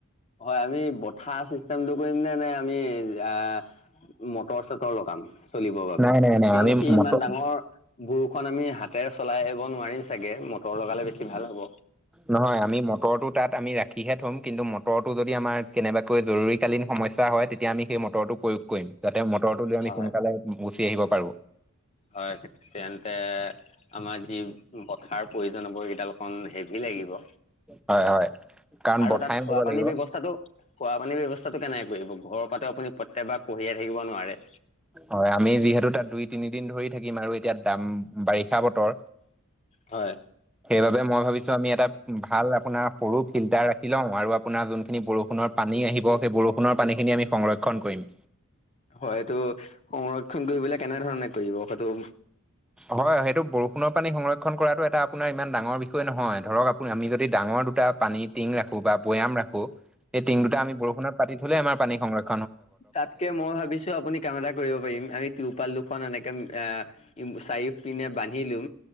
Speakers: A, on the left; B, in the centre.
A: হয়, আমি বথাা চিষ্টেমটো কৰিম নে নে আমি আহ। মটৰ- চটৰৰ কাম চলিবৰ বাবে,
B: নাই নাই নাই
A: কিয়নো
B: আমি
A: সি ইমান
B: মটৰ
A: ডাঙৰ। বৰুখন আমি হাতেৰে চলাই আহিব নোৱাৰিম চাগে মটৰ লগালে বেছি ভাল হ'ব।
B: নহয় আমি মটৰটো তাত আমি ৰাখিহে থম, কিন্তু মটৰটো যদি আমাৰ কেনেবাকে। জৰুৰীকালীন সমস্যা হয়, তেতিয়া আমি সেই মটৰটো প্ৰয়োগ কৰিম যাতে উতৰটো লৈ আমি
A: হয়
B: সোনকালে গুচি আহিব পাৰো।
A: হয়, তেন্তে আমাৰ যি বঠাৰ প্ৰয়োজন হব কেইডাল। হেভি লাগিব
B: হয় হয় কাৰণ
A: আৰু
B: বঠাই
A: তাত থোৱা
B: মাৰিব লাগিব
A: পানীৰ ব্যৱস্থাটো। খোৱা পানী ব্যৱস্থাটো কেনেকে কৰিব, ঘৰৰ পৰাতো আপুনি প্ৰত্যকবাৰ কঢ়িয়াই থাকিব নোৱাৰে।
B: হয় আমি যিহেতু তাত দুই তিনিদিন ধৰি থাকিম আৰু এতিয়া দাম বাৰিষা বতৰ।
A: হয়।
B: সেইবাবে মই ভাবিছো আমি এটা ভাল আপোনাৰ সৰু ফিল্টাৰ ৰাখি লওঁ আৰু আপোনাৰ যোনখিনি বৰষুণৰ। পানী আহিব সেই বৰষুণৰ পানীখিনি আমি সংৰক্ষণ কৰিম।
A: হয়, এইটো সংৰক্ষণ কৰিবলে কেনেধৰণে কৰিব সেইটো।
B: হয় সেইটো বৰষুণৰ পানী সংৰক্ষণ কৰাটো এটা আপোনাৰ ইমান ডাঙৰ বিষয় নহয় ধৰক। আমি যদি ডাঙৰ দুটা পানী টিং ৰাখো বা বৈয়াম ৰাখো। এই টিং দুটা আম বৰষুণত পাতি থলে আমাৰ পানী সংৰক্ষ
A: তাতকে মই ভাবিছো আপুনি কাম এটা কৰিব পাৰিম আমি তিৰপাল দুখন এনেকে আহ। চাৰিওফ পিনে বান্ধি লৈ।